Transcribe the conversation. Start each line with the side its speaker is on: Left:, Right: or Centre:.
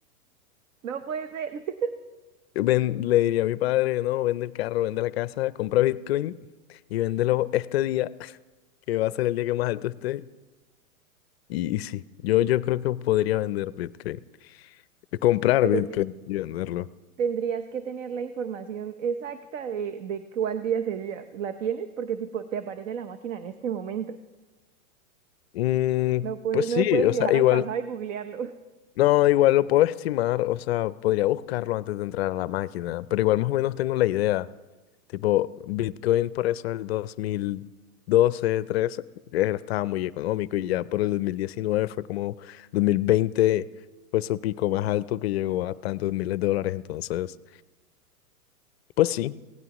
Right: No puede ser, <laughs>
Left: <laughs> ven- le diría a mi padre, no, vende el carro, vende la casa, compra Bitcoin y véndelo este día, <laughs> que va a ser el día que más alto esté. Y, y sí, yo, yo creo que podría vender Bitcoin. De Comprar
Right: pero
Left: Bitcoin y venderlo.
Right: tendrías que tener la información exacta de, de cuál día sería. ¿La tienes? Porque tipo, te aparece la máquina en este momento.
Left: Mm,
Right: No puedes,
Left: pues sí,
Right: no puedes
Left: o
Right: viajar
Left: sea, igual,
Right: al pasado y googlearlo. <laughs>
Left: no, igual lo puedo estimar, o sea, podría buscarlo antes de entrar a la máquina, pero igual más o menos tengo la idea. Tipo, Bitcoin por eso el dos mil doce, trece era- estaba muy económico y ya por el 2019 fue como 2020 fue su pico más alto que llegó a tantos miles de dólares, entonces, pues sí,